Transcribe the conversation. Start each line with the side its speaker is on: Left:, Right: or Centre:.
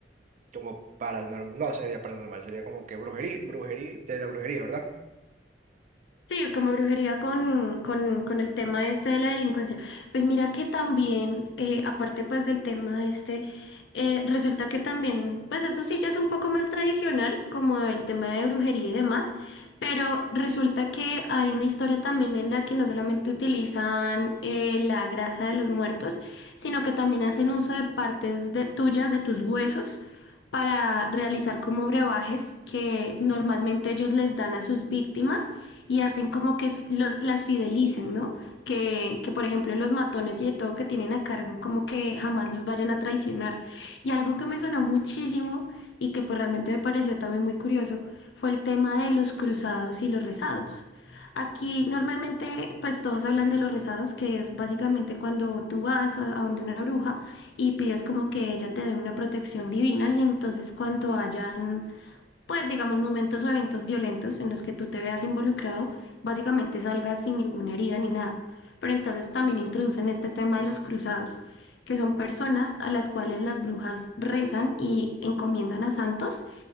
Right: como paranormal, no sería paranormal, sería como que brujería, brujería, de la brujería, ¿verdad?
Left: Sí, como brujería con, con, con el tema este de la delincuencia. Pues mira que también, eh, aparte pues del tema este, eh, resulta que también, pues eso sí ya es un poco más tradicional, como el tema de brujería y demás, pero resulta que hay una historia también en la que no solamente utilizan eh, la grasa de los muertos, sino que también hacen uso de partes de tuyas, de tus huesos. para realizar como brebajes que normalmente ellos les dan a sus víctimas y hacen como que f- lo- las fidelicen, ¿no? Que, que, por ejemplo, los matones y de todo que tienen a cargo, como que jamás los vayan a traicionar. Y algo que me sonó muchísimo y que pues realmente me pareció también muy curioso fue el tema de los cruzados y los rezados. Aquí normalmente pues todos hablan de los rezados, que es básicamente cuando tú vas a a donde una bruja y pides como que ella te dé una protección divina y entonces cuando hayan pues digamos, momentos o eventos violentos en los que tú te veas involucrado, básicamente salgas sin ninguna herida ni nada. Pero entonces también introducen este tema de los cruzados, que son personas a las cuales las brujas rezan y encomiendan a santos